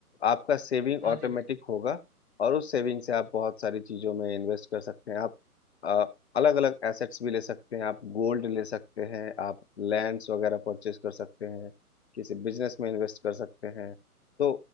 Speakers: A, on the left; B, on the right.
A: आपका सेविंग
B: हाँ
A: ऑटोमेटिक
B: जी भैया
A: होगा और उस सेविंग से आप बहुत सारी चीज़ों में इन्वेस्ट कर सकते हैं आप अलग अलग एसेट्स भी ले सकते हैं आप गोल्ड ले सकते हैं आप लैंड्स वगैरह परचेज कर सकते हैं किसी बिजनेस में इन्वेस्ट कर सकते हैं तो